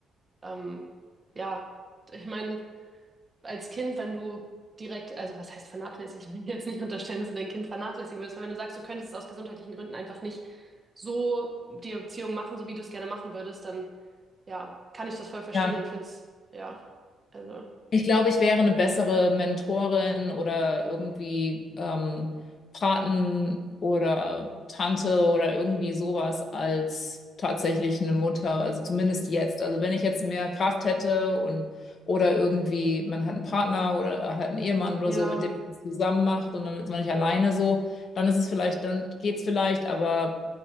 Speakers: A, on the right; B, on the left.
A: ähm, ja, ich meine, als Kind, wenn du direkt, also was heißt vernachlässigen? ich will jetzt nicht unterstellen, dass du dein Kind vernachlässigen würdest, aber wenn du sagst, du könntest es aus gesundheitlichen Gründen einfach nicht so die Erziehung machen, so wie du es gerne machen würdest, dann ja, kann ich das voll verstehen
B: ja.
A: und finde es, ja, also,
B: Ich glaube, ich wäre eine bessere Mentorin oder irgendwie ähm, Paten oder Tante oder irgendwie sowas als tatsächlich eine Mutter, also zumindest jetzt. Also wenn ich jetzt mehr Kraft hätte und oder irgendwie, man hat einen Partner oder halt einen Ehemann oder
A: ja,
B: so, mit dem man es zusammen macht und dann ist man nicht alleine so, dann ist es vielleicht, dann geht's vielleicht, aber